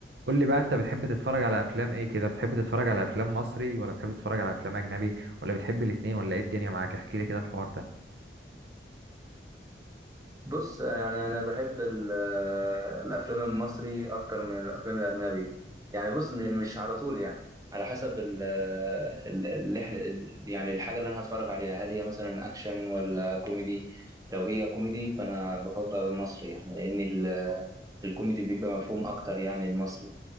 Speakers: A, on the right (about 70°); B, on the right (about 20°).
A: قول لي بقى انت بتحب تتفرج على افلام ايه كده بتحب تتفرج على افلام مصري ولا بتحب تتفرج على افلام اجنبي ولا بتحب الاتنين ولا ايه الدنيا معاك احكي لي كده الحوار ده
B: بص يعني انا بحب ال- آه، الافلام المصري اكتر من الافلام الاجنبي يعني بص م- مش على طول يعني على حسب ال آه، ال- اللي إحنا- ال- يعني الحاجه اللي انا هتفرج عليها هل هي مثلا اكشن ولا كوميدي لو هي كوميدي فانا بفضل المصري يعني لان ال- الكوميدي بيبقى مفهوم اكتر يعني المصري